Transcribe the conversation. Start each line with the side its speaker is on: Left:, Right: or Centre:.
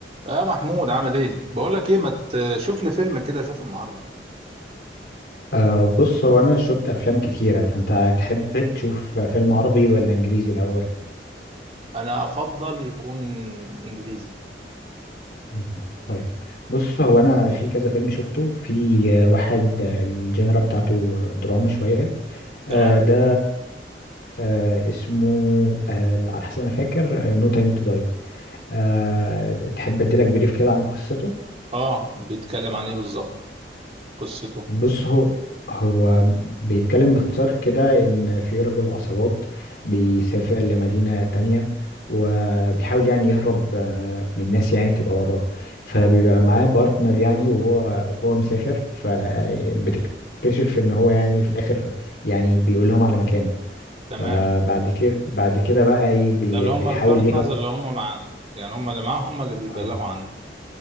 Right: يا محمود عامل ايه بقول لك ايه ما تشوف لي فيلم كده اشوف النهارده
Left: أه بص هو أنا شفت أفلام كتيرة فأنت تحب تشوف فيلم عربي ولا إنجليزي الأول؟
Right: انا افضل يكون انجليزي
Left: مم. طيب بص هو أنا في كذا فيلم شفته في آه، واحد آه، الجينرا بتاعته آه، دراما شوية
Right: تمام
Left: أه ده أه اسمه أه على حسب ما أنا فاكر نو تايم تو داي أه No Time to Die. آه، تحب أديلك بريف كده عن قصته؟
Right: اه بيتكلم عن ايه بالظبط قصته
Left: بص هو هو بيتكلم باختصار كده إن في رجل عصابات بيسافر لمدينة تانية وبيحاول يعني يهرب آه، من الناس يعني بتبقى وراه فبيبقى معاه بارتنر يعني وهو وهو مسافر فبتكتشف إن هو يعني في الآخر يعني بيقول لهم على مكانه
Right: تمام
Left: فبعد كده بعد كده بقى إيه بي-
Right: ده اللي هم
Left: بيحاول
Right: البارتنرز
Left: يهرب
Right: اللي هم معاه يعني هم اللي معاه هم اللي بيبلغوا
Left: اه
Right: عنه